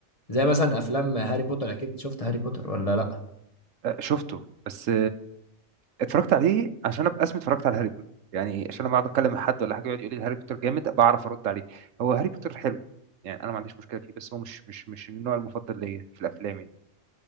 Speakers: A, on the left; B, on the right.
A: زي مثلا افلام هاري بوتر اكيد شفت هاري بوتر ولا لا
B: آه، شفته بس اتفرجت عليه عشان ابقى اسمي اتفرجت على هاري بوتر يعني عشان لما اقعد اتكلم مع حد ولا حاجه يقعد يقول لي هاري بوتر جامد بعرف ارد عليه هو هاري بوتر حلو يعني انا ما عنديش مشكله فيه بس هو مش مش مش النوع المفضل ليا في الافلام يعني